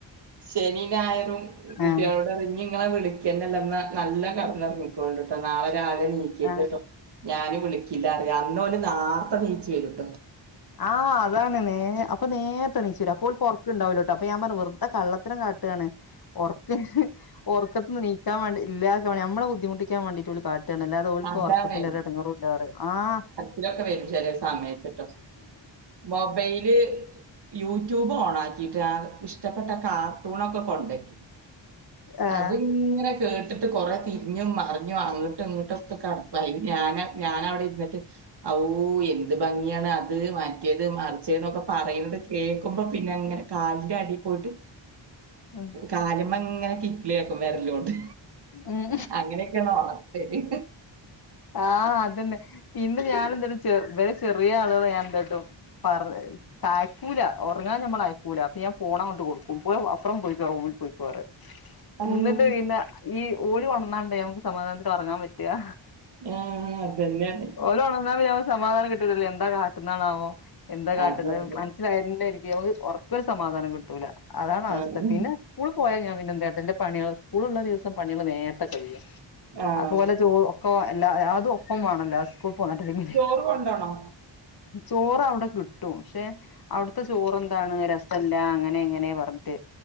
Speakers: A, on the right; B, on the left.
A: ശനി നായറും കുട്ടിയാളോടറി
B: ആഹ്
A: നി ഇങ്ങളെ വിളി ക്കന്നല്ല നല്ലൊ കട്ന്നൊർങ്ങിക്കോണ്ടി ട്ടോ നാളെ രാവിലെ നീക്കര്ത്
B: ആഹ്
A: ട്ടോ ഞാന് വിളിക്കില്ല അറി അന്നോല് നാർത്തെ നീച്ചു വരൂട്ടോ
B: ആഹ് അതാണ് നേ അപ്പം നേരത്തെണീച്ചൂ വരും അപ്പോ ഓൽക്ക് ഒർക്ക്ണ്ടാവൂല ട്ടോ അപ്പം ഞാൻ പർഞ്ഞ് വെറ് കള്ളത്തരം കാട്ടാണ് ഉറക്ക് ഉറക്കത്ത്ന്ന് നീക്കാൻ വേണ്ടി ഇല്ലാക്കാൻ വേണ്ടി നമ്മളെ ബുദ്ധിമുട്ടിക്കാൻ വേണ്ടിയിട്ട് ഓല് കാട്ടാണ്ല്ലാ അത് ഓൽക്ക്
A: അതാണ്
B: ഒർക്കത്തിന്റെ ഒരു എടങ്ങറൂല്ലാ പറയും ആഹ്
A: ഇതൊക്കെ വ <unintelligible> ചെലെ സമയത്ത്ട്ടോ മൊബൈല് യൂട്യൂബ് ഓൺ ആക്കിട്ട് ആ ഇഷ്ടപ്പെട്ട കാർട്ടൂണൊക്കെ കൊണ്ടക്കും
B: ആഹ്
A: അത്ങ്ങനെ കേട്ടിട്ട് കൊറെ തിരിഞ്ഞും മറിഞ്ഞു അങ്ങട്ടും ഇങ്ങട്ടും കട്പ്പായി ഞാൻ ഞാനവിടെ ഇരി ന്നിട്ട് ഔ എന്ത് ഭംഗിയാണ് അത് മറ്റേത് മറിച്ച എന്നൊക്കെ പറയ്ണത് കേക്കുമ്പോ പിന്നെ അങ്ങനെ കാലിന്റെ അടിയിൽ പോയിട്ട്
B: ഉം
A: കാലിമ്മങ്ങനെ കിക്ളിയാ ആക്കും വെരലോണ്ട്
B: ഉം
A: അങ്ങനെയൊക്കെയാണ് ഉണർത്തല്
B: ആഹ് അതന്നെ പിന്നെ ഞനെന്തട്ട ചെ വറെ ചെറിയ ആളുക ഞാൻ എന്താ ട്ടും <unintelligible> ക്കൂല ഒറങ്ങാൻ നമ്മള അയക്കൂല അപ്പൊ ഞാൻ പോണങ്ങട്ട് കൊടുക്കും പോയി അപ്പറം പൊയിക്കോ റൂമിൽ പോയിക്കോ അറിം
A: ആഹ്
B: ഇന്ന് പിന്നെ ഈ ഓല് കൊണ്ന്നാണ്ട ഞമക്ക് സമാധാനത്തിൽ ഒറങ്ങാൻ പറ്റാ
A: ആഹ് അതന്നെയാണ്
B: ഓല് ഒണന്നാ പിന്നെ ഞമക്ക് സമാധാനം കിട്ടൂലല്ലോ എന്താ കാട്ടണതാവോ എന്താ കാട്ടുന്നത്
A: അതെ
B: <unintelligible>
A: അതെ
B: <unintelligible> നമക്ക് ഉറക്കൊരു സമാധാനം കിട്ടൂല അതാണ് അവസ്ഥ
A: ആഹ്
B: പിന്നെ സ്കൂള് പോയാൽ ഞാ പിന്നെന്താട്ടും ന്റെ പണികൾ സ്കൂളുള്ള ദിവസം പണികൾ വേ <unintelligible>
A: ആഹ്
B: അതുപോലെ ചോ ഒക്കെ എല്ല അതും ഒപ്പം വേണല്ലോ <unintelligible> ടൈമില്
A: ചോറ് കൊണ്ടോണോ
B: ചോറ് അവ്ടെ കിട്ടും പക്ഷെ അവിട്ത്തെ ചോറെന്താണ് രസല്ല അങ്ങനെ ഇങ്ങനെ പർഞ്ഞിട്ട്